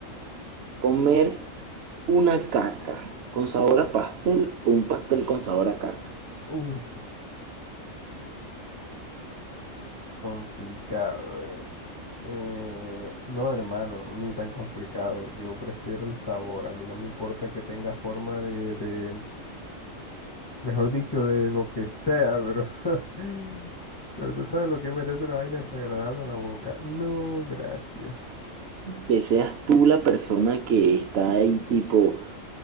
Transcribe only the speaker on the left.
Uf, complicado, eh. Eh, no, hermano, ni tan complicado. Yo prefiero el sabor. A mí no me importa que tenga forma de, de, mejor dicho, de lo que sea, pero, <laughs> pero tú sabes lo que es meterte una vaina desagradable a la boca. No, gracias.